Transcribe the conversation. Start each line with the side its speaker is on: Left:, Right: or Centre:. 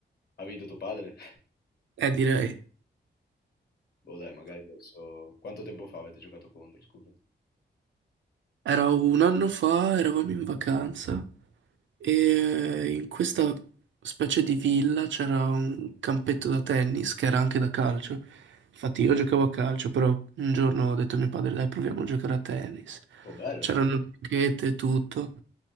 Left: Ha vinto tuo padre?
Right: Eh, direi.
Left: Boh, dai, magari adesso... Quanto tempo fa avete giocato contro, scusa?
Right: Era un anno fa, eravamo in vacanza e in questa specie di villa c'era un campetto da tennis che era anche da calcio. Infatti io giocavo a calcio, però un giorno ho detto a mio padre, dai, proviamo a giocare a tennis.
Left: Boh, bello.
Right: C'erano
Left: quindi.
Right: le racchette e tutto.